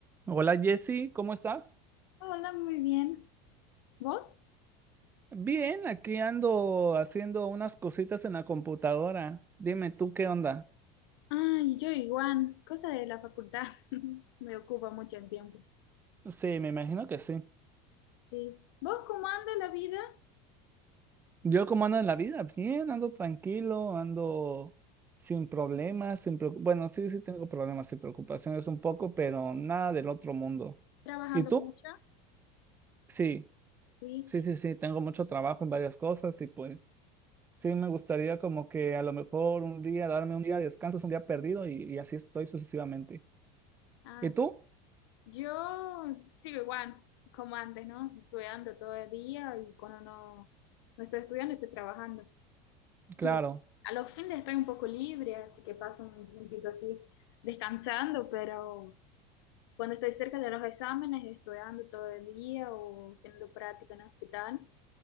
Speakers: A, on the right; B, on the left.
A: Hola Jesse, ¿cómo estás?
B: Hola, muy bien. ¿Vos?
A: Bien, aquí ando haciendo unas cositas en la computadora. Dime tú qué onda.
B: Ay, yo igual. Cosa de la facultad. <laughs> Me ocupa mucho el tiempo.
A: Sí, me imagino que sí.
B: Sí. ¿Vos cómo anda la vida?
A: Yo cómo ando en la vida, bien, ando tranquilo, ando sin problemas, sin preocu- bueno, sí, sí tengo problemas y preocupaciones un poco, pero nada del otro mundo.
B: Trabajando
A: ¿Y tú?
B: mucho.
A: Sí,
B: Sí.
A: sí, sí, sí, tengo mucho trabajo en varias cosas y pues sí me gustaría como que a lo mejor un día darme un día de descanso, es un día perdido y y así estoy sucesivamente.
B: Ah,
A: ¿Y tú?
B: sí. Yo sigo igual, como antes, ¿no? Estudiando todo el día y cuando no, no estoy estudiando, estoy trabajando. Sí.
A: Claro,
B: A los fines estoy un poco libre, así que paso un tiempito así descansando, pero cuando estoy cerca de los exámenes, estudiando todo el día o teniendo práctica en el hospital.